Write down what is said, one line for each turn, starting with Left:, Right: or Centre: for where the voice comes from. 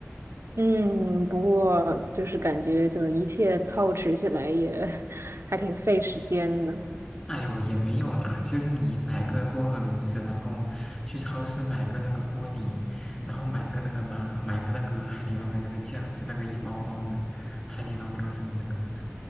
Right: 嗯，不过就是感觉就是一切操持起来也 <laughs> 还挺费时间的。
Left: 哎呦，也没有啦。其实你买个锅和炉子，然后去超市买个那个锅底，然后买个那个嘛，买个那个海底捞的那个酱，就那个一包包的海底捞标志的那个。